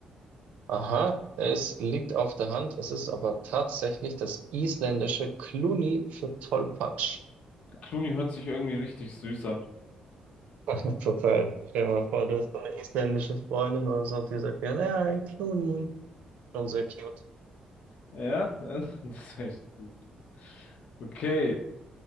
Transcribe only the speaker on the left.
Clooney hört sich irgendwie richtig süß an.
Ja, <laughs> das ist echt. süß. Okay.